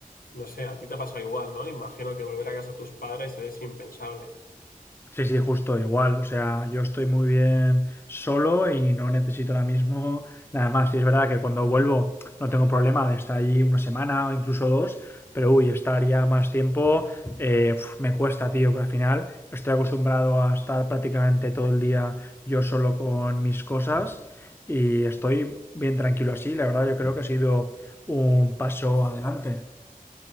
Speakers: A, on the left; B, on the left.
A: no sé, a ti te ha pasado igual, ¿no? Imagino que volver a casa a tus padres es impensable.
B: Sí, sí, justo igual. O sea, yo estoy muy bien solo y no necesito ahora mismo nada más. Y es verdad que cuando vuelvo no tengo problema de estar ahí una semana o incluso dos, pero uy, estar ya más tiempo eh, uf, me cuesta, tío, porque al final estoy acostumbrado a estar prácticamente todo el día yo solo con mis cosas y estoy bien tranquilo así. La verdad, yo creo que ha sido un paso adelante.